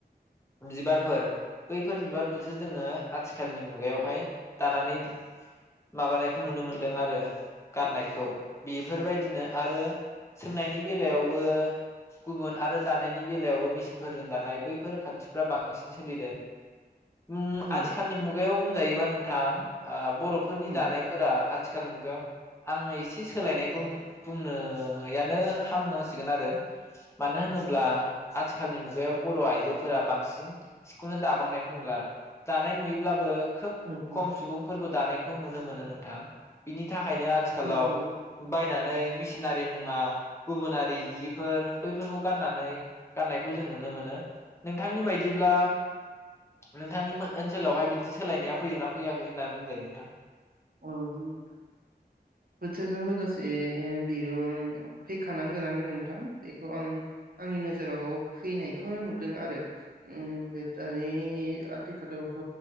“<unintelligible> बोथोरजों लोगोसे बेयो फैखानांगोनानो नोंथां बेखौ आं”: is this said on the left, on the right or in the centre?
Right